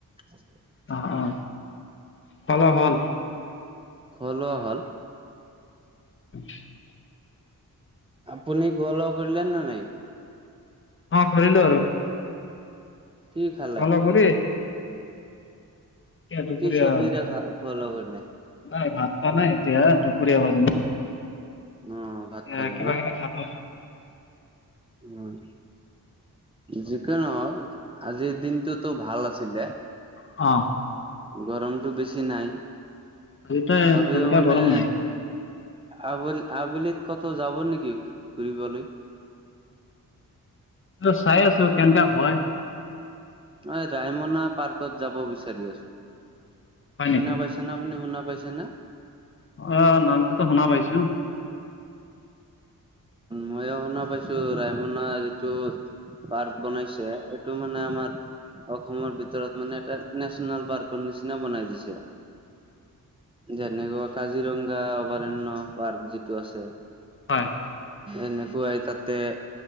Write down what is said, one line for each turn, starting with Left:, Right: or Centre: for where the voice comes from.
Right: <unintelligible>
Left: অ অ হল অও হল।
Right: খোৱালোৱা হ'ল।
Left: <inaudible>
Right: আপুনি খোৱা লোৱা কৰিলেনে নাই।
Left: অঁ কৰিলো আৰু
Right: কি খালে
Left: ভাল হব দেই দুপৰীয়া
Right: কি চব্জি দেখা ওপলগনে
Left: নাই ভাত খোৱা নাই এতিয়া দুপুৰীয়া হল ন
Right: অ ভাত
Left: এ
Right: খালো
Left: কিবা কিবি খালো
Right: উম যিকি নহওক, আজিৰ দিনটোতো ভাল আছিলে।
Left: অ
Right: গৰমটো বেছি নাই
Left: আজিতো
Right: তথাপিও
Left: তেনেকা
Right: মানে
Left: গৰম নাই
Right: আবলি আবেলিত কতো যাব নেকি ফু ফুৰিবলে
Left: ত', চাই আছো কেনকা হয়।
Right: অ ৰায়মনা পাৰ্কত যাব বিচাৰি আছো
Left: হয়
Right: চিনা
Left: নেকি
Right: পাইছে আপুনি শুনা পাইছে না
Left: অ নামটোত শুনা পাইছো
Right: ময়ো শুনা পাইছো ৰায়মনা যিটো পাৰ্ক বনাইছে এইটো মানে আমাৰ অসমৰ ভিতৰত মানে এটা নেচনেল পাৰ্কৰ নিচিনা বনাই দিছে। যেনেকুৱা কাজিৰঙা অভৰাণ্যয় পাৰ্ক যিটো আছে
Left: হয়
Right: এনেকুৱাই তাতে